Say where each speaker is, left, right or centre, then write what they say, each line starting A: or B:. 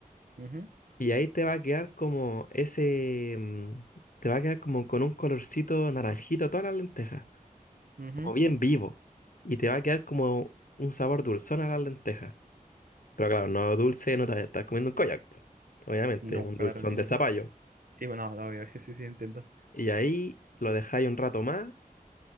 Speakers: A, on the right; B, on the left.
A: Ujú,
B: y ahí te va a quedar como ese, mm, te va a quedar como con un colorcito naranjito a todas las lentejas,
A: ujú.
B: como bien vivo. Y te va a quedar como un sabor dulzón a las lentejas. Pero claro, no dulce, no te vas a estar comiendo un koyak. po. Obviamente,
A: No,
B: un dulzón
A: claro que
B: de
A: no.
B: zapallo.
A: Sí, bueno, no, obvio, <laughs> sí, sí, entiendo.
B: Y ahí lo dejáis un rato más